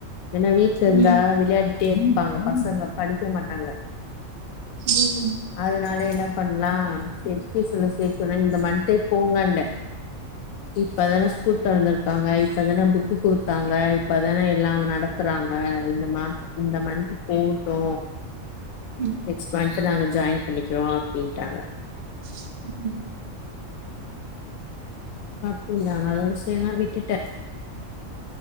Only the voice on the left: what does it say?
ஏனா வீட்ல இருந்தா
விளையாடிட்டே இருப்பாங்க பசங்க படிக்க மாட்டாங்க
அதனால என்ன பண்லா செரி டூசன்ல சேத்திறே இந்த மண்த்தே போங்கண்டே இப்பதான ஸ்கூல் தொரந்திருக்காங்க இப்பதான புக்கு குடுத்தாங்க இப்பதான எல்லா நடத்துறாங்க இந்த மா இந்த மன்த்து போகட்டு
நெக்ஸ்ட் மந்த் நாங்க ஜாயின் பண்ணிக்கிறோ அப்படின்ட்டாங்க
அப்டியா அதோட செரி நா விட்டுட்டே